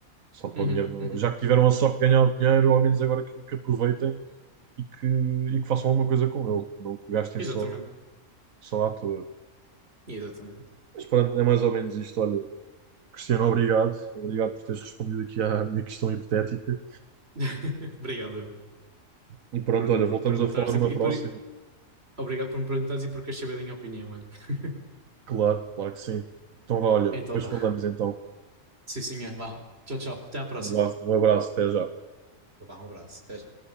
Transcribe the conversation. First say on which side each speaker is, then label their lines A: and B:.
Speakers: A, on the right; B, on the right.
A: Só para
B: Uhum,
A: o dinheiro. não-
B: uhum.
A: Já que tiveram a sorte de ganhar o dinheiro, ao menos agora que, que aproveitem e que, e que façam alguma coisa com ele. Não que o gastem
B: Exatamente.
A: só, só à toa.
B: Exatamente.
A: Mas pronto, é mais ou menos isto. Olha, Cristiano, obrigado. Obrigado por teres respondido aqui à minha questão hipotética.
B: <laughs> Obrigado eu,
A: E pronto,
B: por, me-
A: olha,
B: por
A: voltamos
B: me perguntares
A: a falar numa
B: e, e
A: próxima.
B: por, obrigado por me perguntares e por queres saber da minha opinião. olha. <laughs>
A: Claro, claro que sim. Então vá, olha,
B: Então
A: depois
B: vá.
A: falamos então.
B: Sim, senhor, vá. Tchau, tchau. Até à próxima.
A: um abraço Um abraço, até já.
B: Então vá, um abraço. Até já.